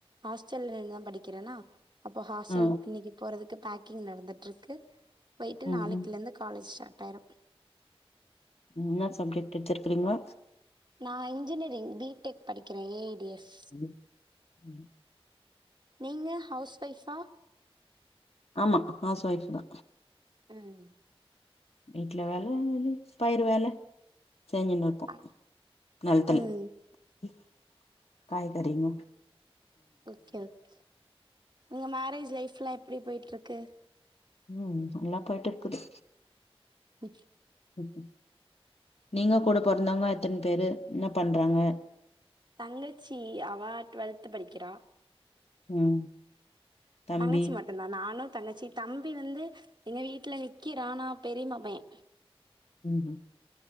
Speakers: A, on the right (about 45°); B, on the left (about 85°).
A: ஹாஸ்டல்லந்தா படிக்கிறனா அப்போ ஹாஸ்டல்க்கு
B: ஆ
A: இன்னிக்கி போறதுக்கு பேக்கிங் நடந்துட்ருக்கு போய்ட்டு
B: ம்
A: நாளைக்கிலந்து
B: ம்
A: காலேஜ் ஷாட் ஆயிரு
B: என்ன சப்ஜெக்ட் எடுத்துருக்கிரிங்கோ
A: நா இன்ஜினியரிங் பீ டெக் படிக்கிறே ஏ ஐ டி எஸ்
B: ம் ம்
A: நீங்க ஹவுஸ் ஒய்ஃப்பா
B: ஆமா ஹவுஸ் ஒய்ஃப் தா
A: ம்
B: வீட்ல வேல ருந்தது தயிர வேல செஞ்சுனுருப்போ
A: அ
B: நிலத்துல
A: ம்
B: ம் காய்கறி நு
A: ஓகே ஓகே உங்க மேரேஜ் லைஃப்லாம் எப்டி போயிட்டுருக்கு
B: உம் நல்லா போய்ட்டுருக்குது
A: விச்
B: ம் ம் நீங்க கூட பொறந்தவங்க எத்தன பேரு என்ன பண்றாங்க
A: தங்கச்சி அவ டுவெல்த் படிக்கிறா
B: ம் தம்பி
A: தங்கச்சி மட்டும்தா நானும் தங்கச்சி தம்பி வந்து எங்க வீட்ல நிக்கிறா ஆனா பெரிமா பையே
B: ம்